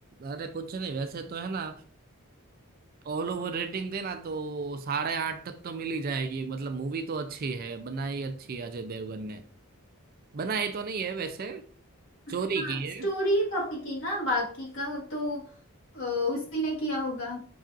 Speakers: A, on the right (about 40°); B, on the left (about 60°).
A: अरे कुछ नहीं वैसे तो है ना ऑल ओवर रेटिंग देना तो साढ़े आठ तक तो मिल ही जाएगी मतलब मूवी तो अच्छी है बनाई अच्छी है अजय देवगन ने बनाई तो नहीं है वैसे
B: हाँ
A: चोरी की है
B: स्टोरी कॉपी की ना बाकी का तो अ, उसी ने किया होगा